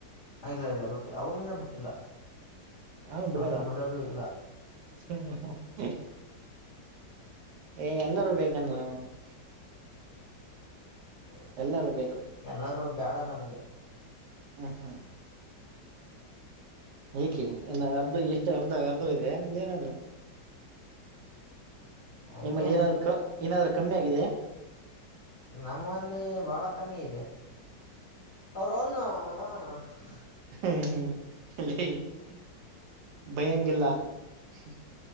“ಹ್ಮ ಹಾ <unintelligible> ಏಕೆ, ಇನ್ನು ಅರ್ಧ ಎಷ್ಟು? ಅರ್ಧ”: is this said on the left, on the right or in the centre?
Right